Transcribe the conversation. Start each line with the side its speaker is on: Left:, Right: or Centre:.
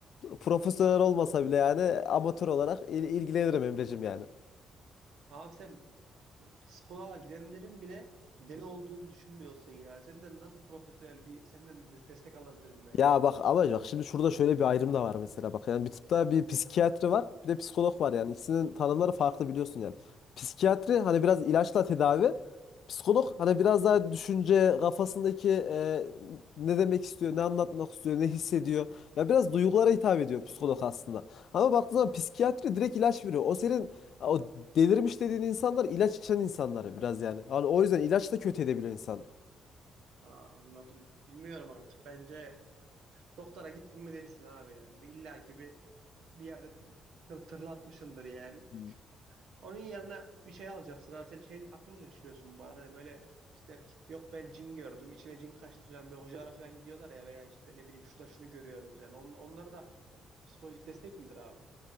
Left: profesyonel olmasa bile yani amatör olarak il- ilgilenirim Emre'cim yani.
Right: Abi sen e, psikoloğa gidenlerin bile deli olduğunu düşünmüyorsun ya. Senden nasıl profesyonel bir senden des- destek alabilirim ben
Left: Ya
Right: yani.
Left: bak ama bak şimdi şurada şöyle bir ayrım da var mesela bak yani bir tıpta bir psikiyatri var bir de psikolog var yani ikisinin tanımları farklı biliyorsun yani. Psikiyatri hani biraz ilaçla tedavi psikolog hani biraz daha düşünce kafasındaki e, ne demek istiyor ne anlatmak istiyor ne hissediyor ya biraz duygulara hitap ediyor psikolog aslında. Ama baktığın zaman psikiyatri direkt ilaç veriyor o senin o delirmiş dediğin insanlar ilaç içen insanlar biraz yani. Hani o yüzden ilaç da kötü edebiliyor insan.
Right: Aa, anladım. Bilmiyorum artık. Bence doktora gittin mi delisin abi yani. Bir, illa ki bir, bir yerde tır, tırlatmışındır yani.
Left: Hmm.
Right: Onun yerine bir şey alacaksın abi. Sen şey aklında ne düşünüyorsun bu arada? Hani böyle işte yok ben cin gördüm. içime cin kaçtı falan. Böyle hocalara falan gidiyorlar ya veya işte ne bileyim şurada şunu görüyorum falan. On, onlar da psikolojik destek midir abi?